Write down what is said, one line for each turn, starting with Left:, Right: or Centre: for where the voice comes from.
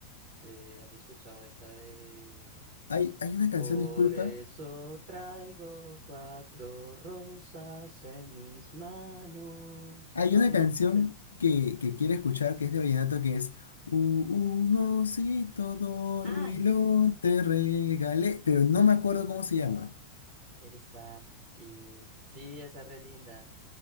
Right: Eh, ¿has escuchado esta de...
Left: Hay, hay una canción,
Right: Por
Left: disculpa,
Right: eso traigo cuatro rosas en mis manos.
Left: Hay
Right: No,
Left: una
Right: no
Left: canción
Right: has escuchado.
Left: que,
Right: Sí.
Left: que quiero escuchar que es de vallenato que es "U- Un osito dormilón
Right: Ay,
Left: te regalé, pero
Right: Ay,
Left: no me acuerdo cómo se llama.
Right: está. Y sí, esa re linda.